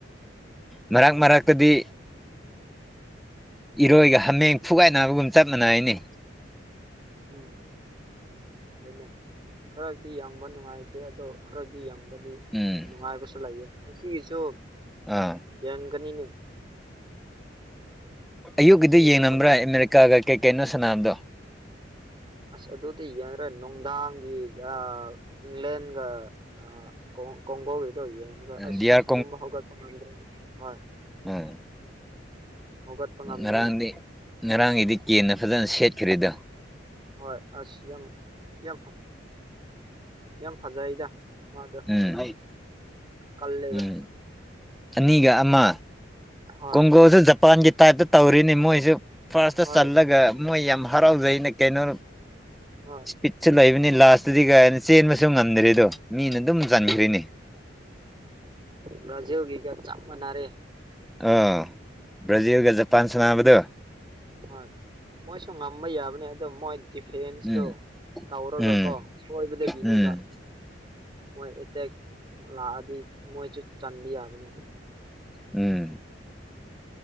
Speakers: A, in the centre; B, on the right (about 25°).
A: ꯃꯔꯛ
B: ꯍꯣꯏ
A: ꯃꯔꯛꯇꯗꯤ ꯏꯔꯣꯏꯒ ꯍꯥꯃꯦꯡ ꯐꯨꯒꯥꯏꯅꯕꯒꯨꯝ ꯆꯞ ꯃꯥꯟꯅꯩꯅꯤ
B: ꯎꯝ ꯑꯗꯨꯅꯦ ꯈꯔꯗꯤ ꯌꯦꯡꯕ ꯅꯨꯡꯉꯥꯏꯇꯦ ꯑꯗꯣ ꯈꯔꯗꯤ ꯌꯦꯡꯕ ꯗꯤ
A: ꯎꯝ
B: ꯅꯨꯡꯉꯥꯏꯕꯁꯨ ꯂꯩꯌꯦ ꯉꯁꯤꯒꯤꯁꯨ
A: ꯑꯥ
B: ꯌꯦꯡꯒꯅꯤꯅꯦ
A: ꯑꯌꯨꯛꯀꯤꯗꯨ
B: ꯉꯁꯤꯒꯤꯁꯨ
A: ꯌꯦꯡꯉꯝꯕ꯭ꯔꯥ
B: ꯐꯖ
A: ꯑꯃꯦꯔꯤꯀꯥꯒ ꯀꯩ ꯀꯩꯅꯣ ꯁꯥꯟꯅꯕꯗꯣ
B: ꯑꯁ ꯑꯗꯨꯗꯤ ꯌꯦꯡꯗ꯭ꯔꯦ ꯅꯨꯡꯗꯥꯡꯒꯤ ꯑꯥ ꯏꯪꯂꯦꯟꯒ ꯑꯥ ꯀꯣꯡꯒꯣꯒꯤꯗꯣ ꯑꯁ
A: ꯗꯤ ꯑꯥꯔ
B: ꯇꯨꯝꯕ ꯍꯧꯒꯠꯄ ꯉꯝꯗ꯭ꯔꯦ ꯍꯣꯏ
A: ꯑꯝ <unintelligible>
B: ꯍꯧꯒꯠꯄ ꯉꯝꯗ꯭ꯔꯤꯅꯦ
A: ꯉꯔꯥꯡꯗꯤ ꯉꯔꯥꯡꯒꯤꯗꯤ ꯀꯦꯟꯅ ꯐꯖꯅ ꯁꯦꯠꯈ꯭ꯔꯦꯗꯣ
B: ꯍꯣꯏ ꯑꯁ ꯌꯥꯝ ꯌꯥꯝ ꯌꯥꯝ ꯐꯖꯩꯗ ꯃꯥꯗꯣ
A: ꯎꯝ
B: ꯀꯜꯂꯦꯕ
A: ꯎꯝ ꯑꯅꯤꯒ ꯑꯃ
B: ꯍꯣꯏ
A: ꯀꯣꯡꯒꯣꯁꯨ ꯖꯄꯥꯟꯒꯤ ꯇꯥꯏꯞꯇ ꯇꯧꯔꯦꯅꯦ ꯃꯣꯏꯁꯨ ꯐꯥꯔꯁꯇ
B: ꯍꯣꯏ
A: ꯆꯜꯂꯒ ꯃꯣꯏ ꯌꯥꯝ ꯍꯔꯥꯎꯖꯩꯩꯅ ꯀꯩꯅꯣ
B: ꯍꯣꯏ
A: ꯕꯤꯠꯁꯨ ꯂꯩꯕꯅꯤ ꯂꯥꯁꯇꯗꯤ ꯀꯥꯏꯅ ꯆꯦꯟꯕꯁꯨ ꯉꯝꯗ꯭ꯔꯦ ꯑꯗꯣ ꯃꯤꯅ ꯑꯗꯨꯝ ꯆꯟꯕꯤꯈ꯭ꯔꯤꯅꯦ
B: ꯕ꯭ꯔꯥꯖꯤꯜꯒꯤꯒ ꯆꯞ ꯃꯥꯅꯔꯦ
A: ꯑꯥ ꯕ꯭ꯔꯥꯖꯤꯜꯒ ꯖꯄꯥꯟ ꯁꯥꯟꯅꯕꯗꯣ
B: ꯍꯣꯏ ꯃꯣꯏꯁꯨ ꯉꯝꯕ ꯌꯥꯕꯅꯤ ꯑꯗꯣ ꯃꯣꯏ ꯗꯤꯐꯦꯟꯁꯇꯣ
A: ꯎꯝ
B: ꯇꯧꯔꯒ
A: ꯎꯝ
B: ꯀꯣ ꯁꯣꯏꯕꯗꯒꯤꯅꯦꯕ
A: ꯎꯝ
B: ꯃꯣꯏ ꯑꯦꯇꯦꯛ ꯂꯥꯛꯑꯗꯤ ꯃꯣꯏꯁꯨ ꯆꯟꯕ ꯌꯥꯕꯅꯤ
A: ꯎꯝ